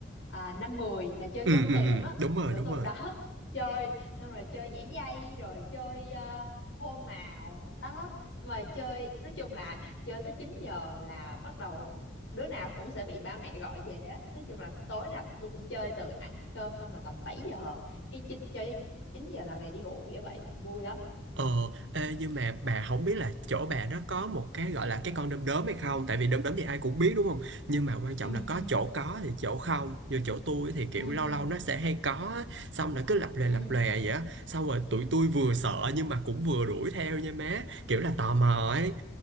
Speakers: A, on the left (about 70°); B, on the right (about 70°).
A: à, năm mười là chơi
B: ừ
A: trốn
B: ừ
A: tìm
B: ừ
A: á
B: đúng rồi
A: chỗ
B: đúng
A: tôi
B: rồi
A: đó <laughs> chơi xong rồi chơi nhảy dây rồi chơi à, hô màu đó mà chơi nói chung là chơi tới 9 giờ là bắt đầu đứa nào cũng sẽ bị ba mẹ gọi về á nói chung là tối nào tôi cũng chơi từ ăn cơm xong là tầm 7 giờ cái chín chơi tới 9 giờ là về đi ngủ nghĩa vậy vui lắm
B: ờ ê, nhưng mà bà không biết là chỗ bà nó có một cái gọi là cái con đom đóm hay không tại vì đom đóm thì ai cũng biết đúng không nhưng mà quan trọng
A: ừ
B: là có
A: ừ
B: chỗ có thì chỗ không như chỗ tôi thì kiểu
A: ừ
B: lâu
A: ừ
B: lâu nó sẽ hay có á. xong nó cứ lập lè
A: ừ
B: lập lè vậy á xong rồi tụi tôi vừa sợ nhưng mà cũng vừa đuổi theo nha má kiểu là tò mò ấy